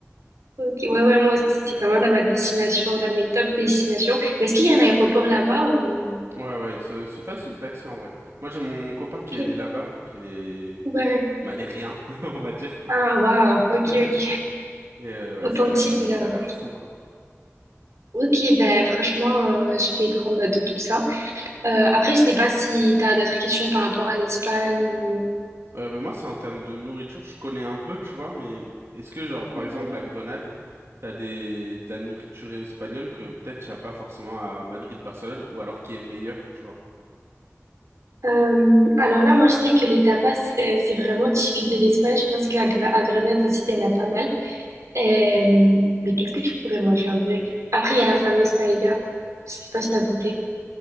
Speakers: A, on the right; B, on the right.
A: ok, ouais, ouais, moi aussi, c'est vraiment dans ma destination, dans mes top destinations. Mais est-ce qu'il y a un aéroport là-bas ou.
B: Ouais, ouais, c'est c'est facile d'accès en vrai. Moi, j'ai mon copain qui
A: Ok.
B: est né là-bas, donc il est
A: Ouais.
B: madérien, <laughs> on va dire.
A: Ah, waouh, ok,
B: <laughs>
A: ok.
B: Et euh, ouais,
A: Authentique
B: ça a l'air, euh,
A: de la...
B: ça a l'air
A: Ok,
B: fou, quoi.
A: Ok, ben franchement, euh, je vais prendre note de tout ça. Euh, après, je sais pas si tu as d'autres questions par rapport à l'Espagne ou...
B: Euh, bah, moi, c'est en termes de nourriture, je connais un peu, tu vois, mais est-ce que, genre, par
A: Mhm.
B: exemple, à Grenade, t'as des... de la nourriture espagnole que peut-être il n'y a pas forcément à Madrid, Barcelone, ou alors qui est meilleure, tu vois?
A: Euh, alors là, moi, je sais que les tapas, euh, c'est vraiment typique de l'Espagne. Je pense qu'à Gra- à Grenade aussi, il y en a pas mal. Euh, mais qu'est-ce que tu pourrais manger en vrai? Après, il y a la fameuse paella. Je sais pas si t'as goûté.